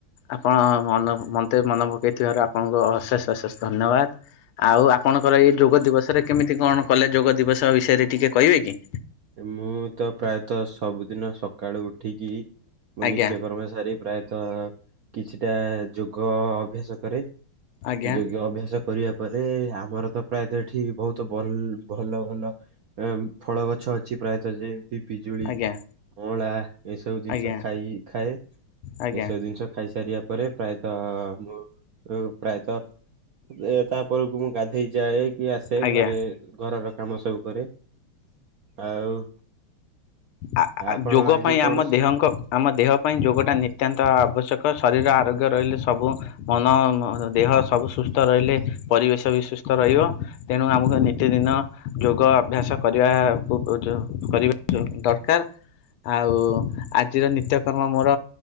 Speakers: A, on the left; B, on the right.
A: ଆପଣ ମନ ମତେ ମନେ ପକାଇଥିବାରୁ ଆପଣଙ୍କୁ ଅଶେଷ ଅଶେଷ ଧନ୍ୟବାଦ। ଆଉ ଆପଣଙ୍କର ଏଇ ଯୋଗ ଦିବସରେ କେମିତି କଣ କଲେ ଯୋଗ ଦିବସ ବିଷୟରେ ଟିକେ କହିବେ କି?
B: ମୁଁ ତ ପ୍ରାୟତଃ ସବୁଦିନ ସକାଳୁ ଉଠିକି ମୋ
A: ଆଜ୍ଞା
B: ନିତ୍ୟକର୍ମ ସାରି ପ୍ରାୟତଃ କିଛିଟା ଯୋଗ ଅଭ୍ୟାସ କରେ।
A: ଆଜ୍ଞା
B: ଯୋଗ ଅଭ୍ୟାସ କରିବା ପରେ ଆମର ତ ପ୍ରାୟତଃ ଏଠି ବହୁତ ଭଲ ଭଲ ଭଲ ଫଳ ଗଛ ଅଛି ଅଛି ପ୍ରାୟତଃ ଯେମିତି ପିଜୁଳି
A: ଆଜ୍ଞା
B: ଅଁଳା ଏସବୁ ଜିନିଷ
A: ଆଜ୍ଞା
B: ଖାଇ ଖାଏ
A: ଆଜ୍ଞା
B: ଏସବୁ ଜିନିଷ ଖାଇସାରିବା ପରେ ପ୍ରାୟତଃ ମୁଁ ହୁ ପ୍ରାୟତଃ ଏ ତାପରକୁ ମୁଁ ଗାଧେଇ ଯାଏ କିଏ ଆସେ
A: ଆଜ୍ଞା
B: ଘରେ ଘରର କାମ ସବୁ କରେ ଆଉ
A: ଆ
B: ଆପଣ
A: ଯୋଗ
B: ଆଜି
A: ପାଇଁ
B: କଣ
A: ଆମ ଦେହଙ୍କ ଆମ ଦେହ ପାଇଁ ଯୋଗ ଟା ନିତ୍ୟାନ୍ତ ଆବଶ୍ୟକ ଶରୀର ଆରୋଗ୍ୟ ରହିଲେ ସବୁ ମନ ଦେହ ସବୁ ସୁସ୍ଥ ରହିଲେ ପରିବେଶ ବି ସୁସ୍ଥ ରହିବ ତେଣୁ ଆମକୁ ନି- ପ୍ରତିଦିନ ଯୋଗ ଅଭ୍ୟାସ କରିବା କୁ କରିବା ଦରକାର। ଆଉ ଆଜିର ନିତ୍ୟକର୍ମ ମୋର